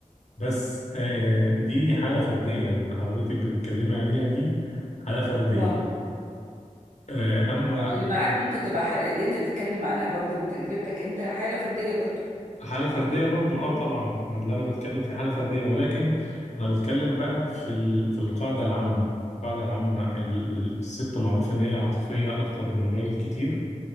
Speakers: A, on the left; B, on the right.
A: بس آه، آه، دي حالة فردية اللي حضرتك بتتكلمي عليها دي حالة فردية
B: ما هو ما
A: آه، أما
B: هو اللي معاك ممكن تبقى حق اللي انت بتتكلم عنها برضو وتجربتك انت حالة فردية برضو
A: حالة فردية برضو اه طبعا ما اللي أنا بتكلم فيه حالة فردية ولكن أنا بتكلم بقى في ال... في القاعدة العامة القاعدة العامة ال... ال- الست معروف إن هي عاطفية أكتر من الراجل كتير